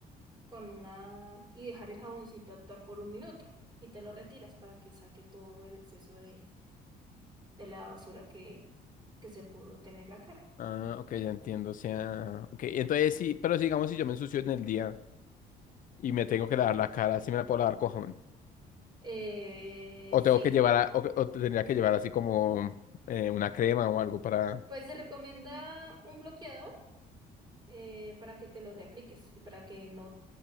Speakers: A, on the right; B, on the left.
A: con una... y dejar el jaboncito actuar por un minuto y te lo retiras para que saque todo el exceso de, de la basura que, que se pudo tener en la cara.
B: Ah, ok, ya entiendo, o sea, ok, entonces sí, pero sigamos si digamos si yo me ensucio en el día y me tengo que lavar la cara, sí me la puedo lavar con jabón,
A: Eh,
B: o
A: sí,
B: tengo que llevar, a- o, o tendría que llevar así como eh, una crema o algo para,
A: pues se recomienda un bloqueador. eh, para que te lo reapliques y para que no